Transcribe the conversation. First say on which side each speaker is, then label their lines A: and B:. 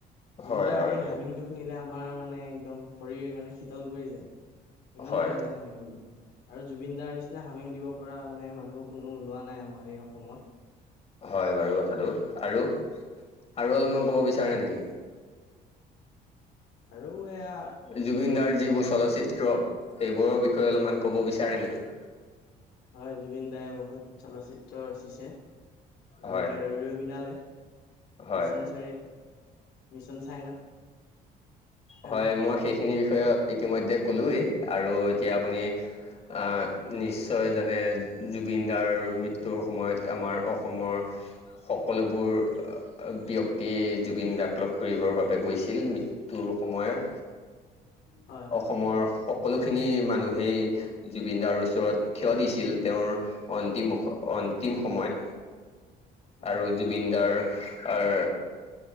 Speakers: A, on the left; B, on the left.
A: জুবিনদাৰ
B: হয় হয়
A: হাঁহ
B: সেই
A: হামিংটো শুনিলে আমাৰ মানে একদম শৰীৰ মানে শীতল পৰি যায় ইমানে
B: হয়
A: ধুনীয়া হামেং দিয়ে আৰু জুবিন দাৰ নিচিনা হামেং দিব পৰা মানে মানুহ কোনো ওলোৱা নাই আমাৰ এই অসমত।
B: হয় বাৰু কথাটো আৰু আৰু অলপমান ক'ব বিচাৰে নেকি
A: আৰু এয়া
B: জুবিন দাৰ যিবোৰ চলচিত্ৰ সেইবোৰৰ বিষয়ে অলপমান ক'ব বিচাৰে নেকি?
A: হয় জুবিন দাই বহুত চলচিত্ৰ ৰচিছে যেনেকে
B: হয়
A: ৰৈ ৰৈ বিনালে
B: হয়
A: মিছন চাৰিআলি। মিছন চাইনা। হেল্ল'
B: হয় মই সেইখিনি বিষয়ে ইতিমধ্যে কলোয়েই আৰু এতিয়া আপুনি আহ নিশ্চয় যানে জুবিন দাৰ মৃত্যয়ু তোৰ সময়ত আমাৰ অসমৰ সকলোবোৰ ব্যক্তিয়ে জুবিন দাক লগ কৰিবৰ বাবে গৈছিল ম ত সময়ত
A: হয়
B: অসমৰ স সকলোখিনি মানুহেই জুবিনদাৰ ওচৰত থিয় দিছিল তেওঁৰ অন্তিমুখত। অন্তিম সময়ত
A: হয়
B: আৰু জুবিনদাৰ <unintelligible> আৰু